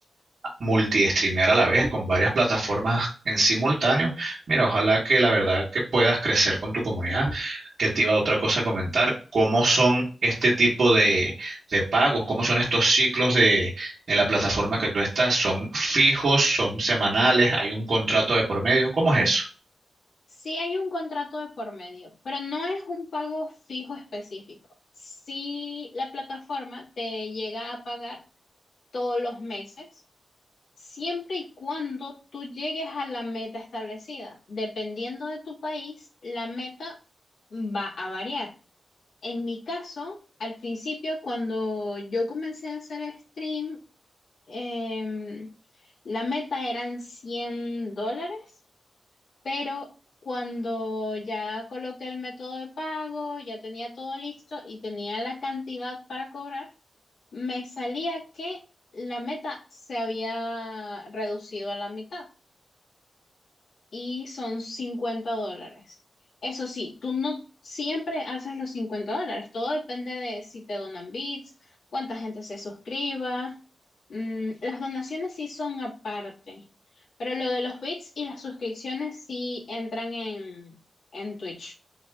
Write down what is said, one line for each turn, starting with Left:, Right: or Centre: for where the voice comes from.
Right: multi-streamear a la vez con varias plataformas en simultáneo. Mira, ojalá que la verdad que puedas crecer con tu comunidad. Que te iba otra cosa a comentar, cómo son este tipo de, de pagos, cómo son estos ciclos de en la plataforma que tú estás, son fijos, son semanales, hay un contrato de por medio, ¿cómo es eso?
Left: Sí hay un contrato de por medio, pero no es un pago fijo específico. Si la plataforma te llega a pagar todos los meses, siempre y cuando tú llegues a la meta establecida. Dependiendo de tu país, la meta va a variar. En mi caso, al principio, cuando yo comencé a hacer stream, em, la meta eran cien dólares pero cuando ya coloqué el método de pago, ya tenía todo listo y tenía la cantidad para cobrar, me salía que la meta se había reducido a la mitad y son 50 dólares. Eso sí, tú no siempre haces los 50 dólares, todo depende de si te donan bits, cuánta gente se suscriba. Mm, las donaciones sí son aparte, pero lo de los bits y las suscripciones sí entran en, en Twitch.